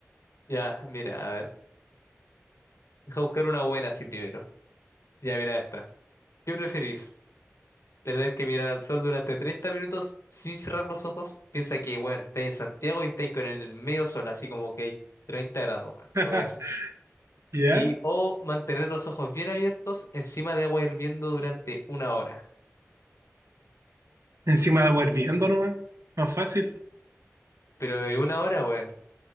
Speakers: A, on the left; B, on the right.
A: Ya, mira, a ver. Deja buscar una buena así primero. Ya, mira esta. ¿Qué preferís? ¿Tener que mirar al sol durante 30 minutos sin cerrar los ojos? Piensa que, weón, estáis en Santiago y estáis con el medio sol, así como que hay 30 grados, weón,
B: <laughs>
A: no voy así.
B: ¿Ya?
A: Y o mantener los ojos bien abiertos encima de agua hirviendo durante una hora.
B: Encima de agua hirviendo nomás. Más fácil.
A: Pero es una hora, weón.